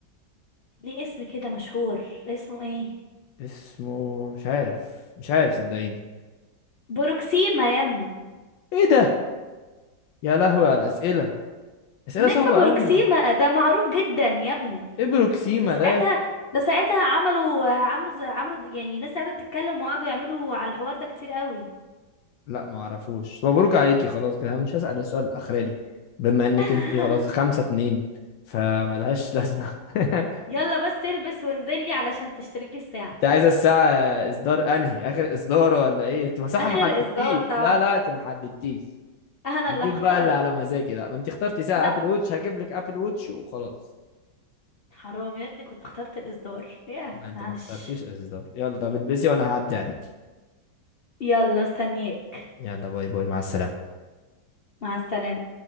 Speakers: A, on the left; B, on the left.
A: ليه اسم كده مشهور اسمه ايه
B: اسمه مش عارف مش عارف صدقيني
A: بروكسيما يا ابني
B: ايه ده يا لهوي على الأسئلة أسئلة
A: نجم
B: صعبة قوي
A: بروكسيما ده معروف جدا يا ابني
B: ايه بروكسيما
A: ده ساعتها
B: ده
A: ده ساعتها عملوا عملوا زي- عملوا يعني ناس قاعده بتتكلم وقعدوا يعملوا على الحوار ده كتير قوي
B: لا ما اعرفوش مبروك عليكي خلاص كده أنا مش هسأل السؤال الاخراني بما انك
A: <laughs>
B: انت خلاص خمسة اتنين فملهاش لازمة <laughs>
A: يلا بس البس وانزلي علشان تشتري لي الساعه
B: انت عايزة الساعة اصدار انهي اخر اصدار ولا ايه انت مساحة
A: اخر
B: ما حددتيش
A: اصدار طبعا
B: لا لا انت ما حددتيش
A: انا
B: هجيب
A: اللي هختار
B: بقى اللي على مزاجي لا ما انت اخترتي ساعة
A: لا
B: ابل ووتش هجيب لك ابل ووتش وخلاص
A: حرام يا ابني كنت اخترت الإصدار ياه
B: لا انت
A: معلش
B: ما اخترتيش اصدار يلا طب البسي وانا هعدي عليك
A: يلا مستنياك
B: يلا باي باي مع السلامة
A: مع السلامة